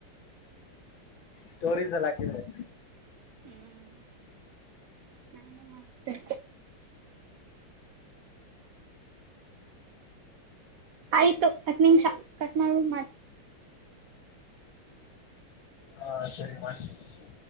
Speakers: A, on the left; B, on the right.
A: ಸ್ಟೋರೀಸ್ ಎಲ್ಲ ಹಾಕಿದ್ರೆ <inaudible>
B: ಹ್ಮ್ ನಾನು ಮಾಡಸ್ತೇ ಆಯ್ತು ಹತ್ ನಿಮಿಷ ಕಟ್ ಮಾಡ ಮಾಡ
A: ಹಾ ಸರಿ ಮಾಡ್ತಿನಿ